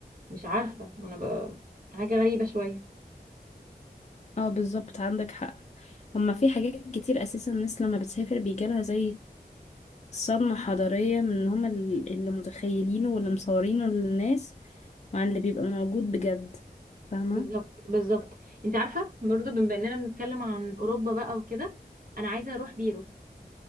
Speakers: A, on the right; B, on the left.
A: مش عارفه وانا ب... حاجه غريبه شويه
B: اه بالظبط عندك حق هما في حاجات كتير اساسا الناس لما بتسافر بيجالها زي صدمة حضارية من ان هما ال- اللي متخيلينه واللي مصورينه للناس وعن اللي بيبقى موجود بجد فاهمة
A: بالظبط بالظبط انت عارفه برضه بما اننا بنتكلم عن اوروبا بقى وكده انا عايزه اروح بيرو